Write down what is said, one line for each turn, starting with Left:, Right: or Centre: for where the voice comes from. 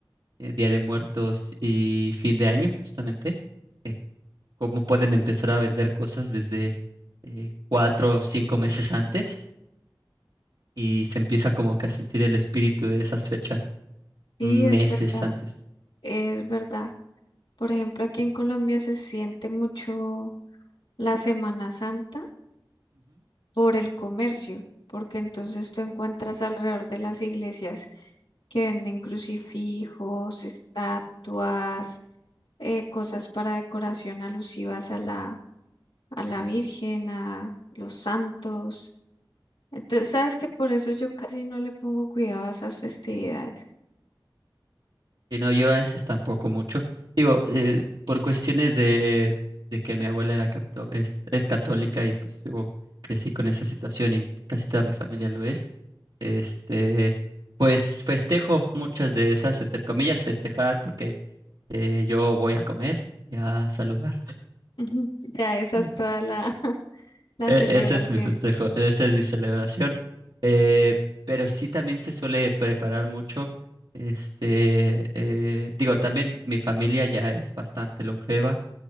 Right: eh, Día de Muertos y fin de año, justamente, eh, cómo pueden empezar a vender cosas desde eh, cuatro o cinco meses antes y se empieza como que a sentir el espíritu de esas fechas
Left: Sí,
Right: meses
Left: es verdad,
Right: antes.
Left: es verdad. Por ejemplo, aquí en Colombia se siente mucho la Semana Santa por el comercio, porque entonces tú encuentras alrededor de las iglesias que venden crucifijos, estatuas, eh, cosas para decoración alusivas a la, a la Virgen, a los santos. Entonces, sabes que por eso yo casi no le pongo cuidado a esas festividades.
Right: Y no, yo a esas tampoco mucho. Digo, eh, por cuestiones de, de que mi abuela era cató- es, es católica y pues yo crecí con esa situación y casi toda mi familia lo es. Este, pues festejo muchas de esas, entre comillas, festejar, porque eh, yo voy a comer y a saludar.
Left: Ujú. <laughs> Ya esa
Right: <laughs>
Left: es toda la, <laughs> la
Right: E-
Left: celebración.
Right: ese es mi festejo, esa es mi celebración. Eh, pero sí también se suele preparar mucho. Este, eh, digo, también mi familia ya es bastante longeva,